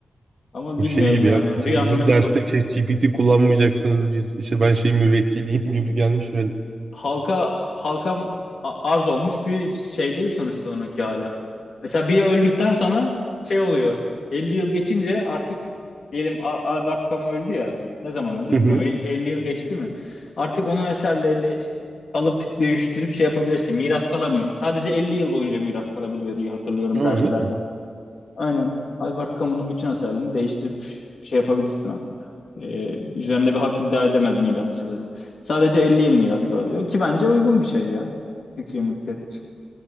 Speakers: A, on the left; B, on the right.
A: Ama
B: Bu
A: bilmiyorum
B: şey gibi
A: yani.
B: ya. işte
A: Rihanna'nın
B: bu derste ChatGPT kullanmayacaksınız. Biz işte ben şey müvekkiliyim <laughs> gibi gelmiş böyle.
A: halka halka a- arz olmuş bir şey değil sonuçta onunki hala. Mesela biri öldükten sonra şey oluyor. 50 yıl geçince artık diyelim Al- Albert Camus öldü ya. Ne zaman öldü
B: Hı
A: bilmiyorum.
B: hı.
A: 50, 50 yıl geçti mi? Artık onun eserlerini alıp değiştirip şey yapabilirsin. Miras kalamıyor. Sadece 50 yıl boyunca miras kalabiliyor diye hatırlıyorum
B: Aa,
A: derslerde.
B: öyle mi?
A: Aynen. Albert Camus'un bütün eserlerini değiştirip şey yapabilirsin artık. Ee, üzerinde bir hak iddia edemez mirasçıları. Sadece 50 yıl miras kalabiliyor ki bence uygun bir şey ya. Türkiye mülkiyet için.